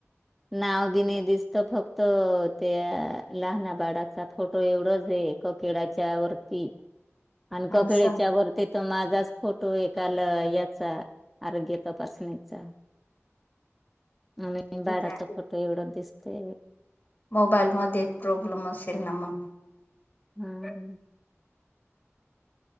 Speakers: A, in the centre; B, on the left.
A: नाव बी नाही दिसत फक्त त्या लहाना बाडाचा फोटो एवढंच ये. केला च्या वरती.
B: <inaudible>
A: आणि ककळीच्या
B: असं
A: वरती. त्यांना माझाच फोटो एकाला याचा आरोग्य तपासण्याचा. आणि
B: तुझ्या
A: बाडाचा फोटो एवढो दिसतो.
B: मोबाईलमध्ये प्रॉब्लेम असेल ना मग,
A: हम्म.